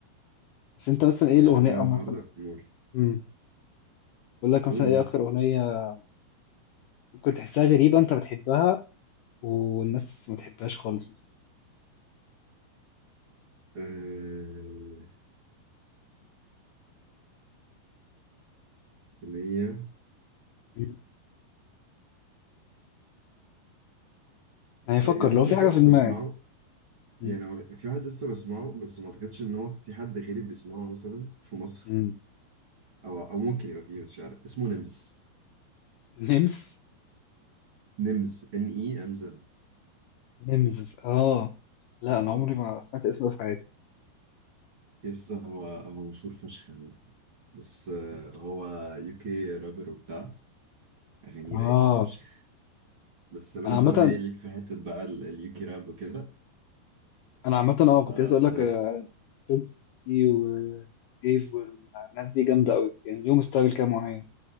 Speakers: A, on the left; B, on the right.
A: بس انت مثلا ايه
B: يعني
A: الاغنيه
B: فعلا
A: أو
B: الحوار
A: مثلا
B: ده نقول
A: امم بقول لك
B: قول
A: مثلا ايه
B: قول
A: اكتر اغنيه ممكن تحسها غريبه انت بتحبها والناس ما تحبهاش خالص مثلا
B: آه، إن هي
A: مم. هيفكر
B: لسه
A: لو في
B: في
A: حاجه
B: واحد
A: في
B: بسمعه
A: دماغك
B: يعني
A: مم.
B: هو في واحد لسه بسمعه بس ما اعتقدش ان هو في حد غيري بيسمعه مثلا في مصر
A: مم.
B: او او ممكن يبقى فيه مش عارف اسمه نمز
A: نمس
B: نمز ان اي ام زد
A: نمس اه لا
B: اه
A: انا عمري ما سمعت اسمه في حياتي
B: لسه هو هو مشهور فشخ عامة. بس آه، هو يو كي رابر وبتاع اغانيه
A: اه
B: رايقه فشخ بس لو
A: انا
B: انت
A: عامه
B: بقى ايه ليك في حته بقى اليو كي راب وكده
A: انا عامه اه
B: ف-
A: كنت عايز اقول
B: فده
A: لك فيلتي وايف والناس دي جامده قوي يعني ليهم ستايل كده معين